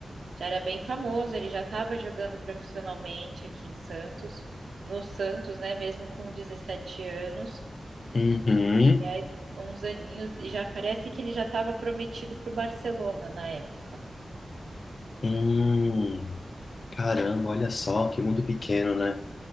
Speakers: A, on the right (about 85°); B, on the left (about 50°).
A: Já era bem famoso, ele já estava jogando profissionalmente aqui em Santos, no Santos, né, mesmo com 17 anos,
B: Uhum.
A: e aí, uns aninhos, e já parece que ele já estava prometido para o Barcelona na época.
B: Hum, caramba, olha só, que mundo pequeno, né?